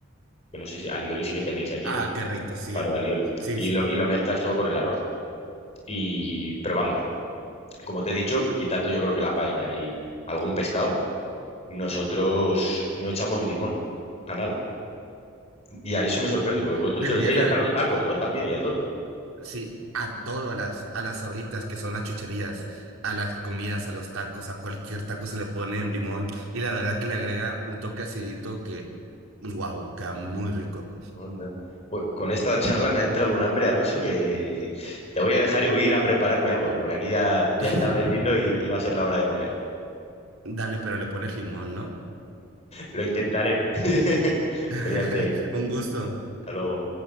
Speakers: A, on the left; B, on the right.
A: que no sé si alioli sí que tenéis allí,
B: Ah,
A: ¿no?
B: qué rico, sí.
A: Claro, alioli.
B: Sí,
A: Y
B: sí.
A: lo, y lo mezclas todo con el arroz. Y, pero vamos, como te he dicho, quitando yo creo que la paella y algún pescado, nosotros no echamos limón a nada. Y a eso me sorprende, porque vosotros
B: Deberías
A: se lo echáis
B: de
A: hasta a los tacos, ¿no? También y a todo.
B: Sí, a todo a las, a las sabritas que son las chucherías, a las comidas, a los tacos, a cualquier taco se le pone limón y la verdad que le agrega un toque acidito que, wow, queda muy rico.
A: Anda. Jue- Con esta charla me ha entrado un hambre, Alonso, que <laughs> te voy a dejar y voy a ir a prepararme algo, que por aquí ya, ya
B: <laughs>
A: es tardecito y, y va a ser la hora de comer.
B: Dale, pero le pones limón, ¿no?
A: Lo intentaré. <laughs>
B: <laughs>
A: Cuídate.
B: Un gusto.
A: Hasta luego.